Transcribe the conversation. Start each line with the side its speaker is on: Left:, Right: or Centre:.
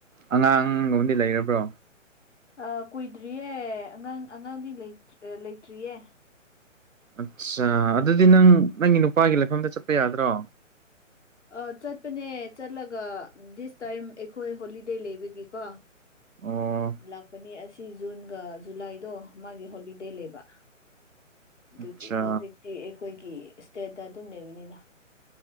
Right: ꯑꯉꯥꯡꯒꯕꯨꯗꯤ ꯂꯩꯔꯕ꯭ꯔꯣ
Left: ꯑ ꯀꯨꯏꯗ꯭ꯔꯤꯌꯦ ꯑꯉꯥꯡ ꯑꯉꯥꯡꯗꯤ ꯂꯩꯇ꯭ꯔꯤꯌꯦ
Right: ꯑꯠꯆꯥ ꯑꯗꯨꯗꯤ ꯅꯪ ꯅꯪꯒꯤ ꯅꯨꯄꯥꯒꯤ ꯂꯩꯐꯝꯗ ꯆꯠꯄ ꯌꯥꯗ꯭ꯔꯣ
Left: ꯑ ꯆꯠꯄꯅꯦ ꯆꯠꯂꯒ ꯗꯤꯁ ꯇꯥꯏꯝ ꯑꯩꯈꯣꯏ ꯍꯣꯂꯤꯗꯦ ꯂꯩꯕꯒꯤꯀꯣ
Right: ꯑꯣ
Left: ꯂꯥꯛꯄꯅꯤ ꯑꯁꯤ ꯖꯨꯟꯒ ꯖꯨꯂꯥꯏꯗꯣ ꯃꯥꯒꯤ ꯍꯣꯂꯤꯗꯦ ꯂꯩꯕ ꯑꯗꯨꯒꯤ
Right: ꯑꯠꯆꯥ
Left: ꯍꯧꯖꯤꯛꯇꯤ ꯑꯩꯈꯣꯏꯒꯤ ꯏꯁꯇꯦꯠꯇ ꯑꯗꯨꯝ ꯂꯩꯕꯅꯤꯅ